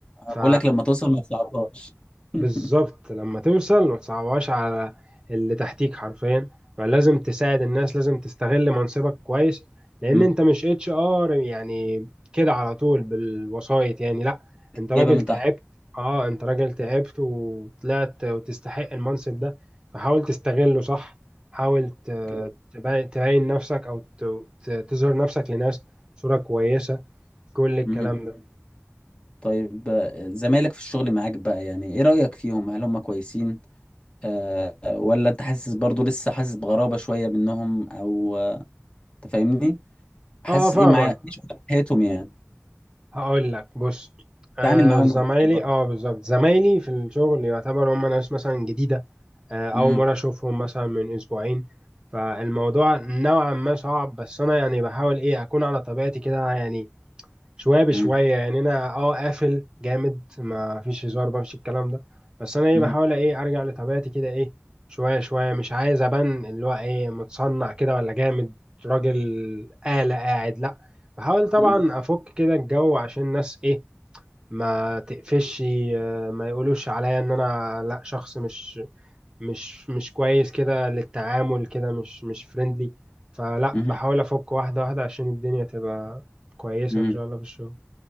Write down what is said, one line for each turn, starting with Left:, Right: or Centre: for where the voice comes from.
Right: ف
Left: بقول لك لما توصل ما تصعبهاش <laughs>
Right: بالظبط لما توصل ما تصعبهاش على اللي تحتيك حرفيا فلازم تساعد الناس لازم تستغل منصبك كويس لان
Left: تمام
Right: انت مش اتش ار يعني كده على طول بالوسايط يعني لا انت راجل
Left: جايبه من
Right: تعبت
Left: تحت
Right: اه انت راجل تعبت وطلعت وتستحق المنصب ده فحاول تستغله صح حاول ت-
Left: اوكي.
Right: تبي- تبين نفسك او ت- ت- تظهر نفسك لناس صورة كويسة كل الكلام
Left: مهم.
Right: ده
Left: طيب آه، زمايلك في الشغل معاك بقى يعني ايه رأيك فيهم هل هم كويسين آه ولا انت حاسس برضو لسه حاسس بغرابة شوية منهم او آه، أنت فاهمني حاسس
Right: اه فاهمك
Left: ايه معايا ايه شغل حياتهم يعني
Right: هقول لك بص آه
Left: تعامل معاهم
Right: زمايلي
Left: ازاي برضو
Right: اه بالظبط زمايلي في الشغل يعتبر هم ناس مثلا جديدة آه أول
Left: مهم.
Right: مرة أشوفهم مثلا من أسبوعين فالموضوع نوعا ما صعب بس أنا يعني بحاول إيه أكون على طبيعتي كده يعني شويه بشويه
Left: مهم.
Right: يعني انا اه قافل جامد ما فيش هزار بقى مفيش الكلام ده بس انا ايه
Left: مهم.
Right: بحاول ايه ارجع لطبيعتي كده ايه شويه شويه مش عايز ابان اللي هو ايه متصنع كده ولا جامد راجل آلة قاعد لا بحاول طبعا
Left: مهم.
Right: افك كده الجو عشان الناس ايه ما تقفش آه، ما يقولوش عليا ان انا لا شخص مش مش مش كويس كده للتعامل كده مش مش فريندلي فلا
Left: مهم.
Right: بحاول افك واحده واحده عشان الدنيا تبقى كويسه
Left: مهم.
Right: ان شاء الله في الشغل